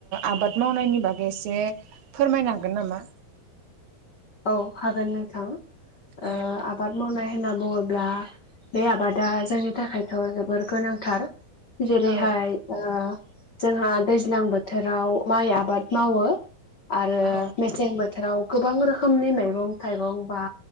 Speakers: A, on the right; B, on the left.
A: आबाद मावनायनि बागै एसे फोरमायनो हागोन नामा?
B: औ हागोन नोंथां ओ आ
A: औ
B: आबाद मावनाय होनना बुङोब्ला बे आबादा जोंनि थाखायथ' जोबोर गोनांथार। जेरैहाय
A: औ
B: ओ जोंहा दैज्लां बोथोराव माइ आबाद मावो। आरो
A: औ
B: मेसें बोथोराव गोबां रोखोमनि मैगं थाइगं बा